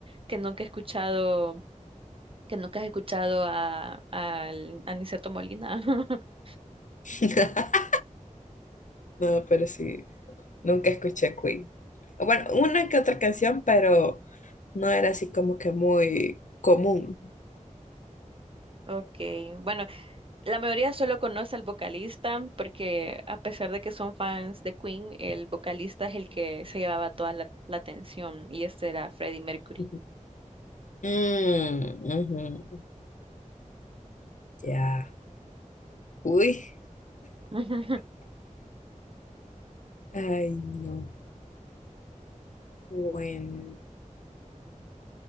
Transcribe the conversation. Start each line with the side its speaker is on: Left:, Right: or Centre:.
Right: que nunca ha escuchado, que nunca has escuchado a, al- a Aniceto Molina. <laughs>
Left: <laughs> No, pero sí, nunca escuché Queen. Bueno, una que otra canción, pero no era así como que muy común.
Right: Ok, bueno, La mayoría solo conoce al vocalista porque a pesar de que son fans de Queen, el vocalista es el que se llevaba toda la, la atención y este era Freddie Mercury.
Left: Ujú. Mm, ujú. Ya. Uy.
Right: <laughs>
Left: Ay, no. Bueno.